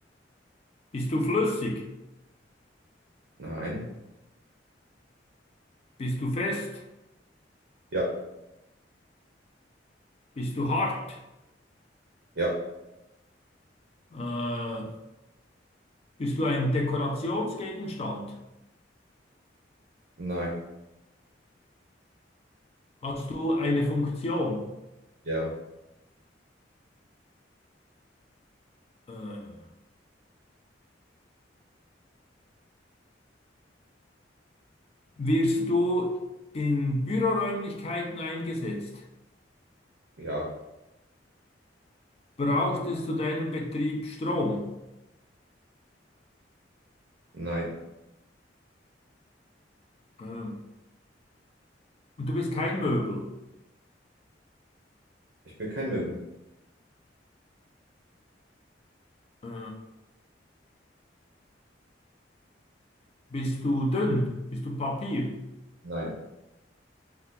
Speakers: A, on the left (about 35°); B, on the right (about 65°).
A: Bist du flüssig?
B: nein.
A: Bist du fest?
B: Ja,
A: Bist du hart?
B: ja,
A: Äh, Bist du ein Dekorationsgegenstand?
B: nein.
A: Hast du eine Funktion?
B: Ja.
A: Äh, wirst du in Büroräumlichkeiten eingesetzt?
B: Ja,
A: Braucht es zu deinem Betrieb Strom?
B: nein.
A: Äh, und du bist kein Möbel?
B: Ich bin kein Möbel.
A: Äh, bist du dünn? Bist du Papier?
B: Nein.